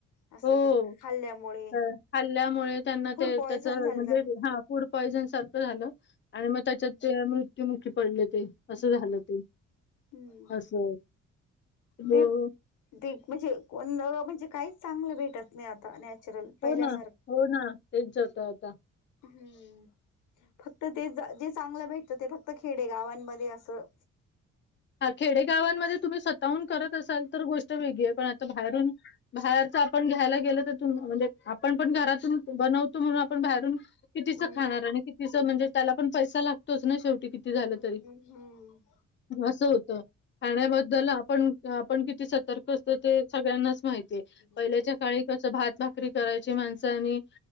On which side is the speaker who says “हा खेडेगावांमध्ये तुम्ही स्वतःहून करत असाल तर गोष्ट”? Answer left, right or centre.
Left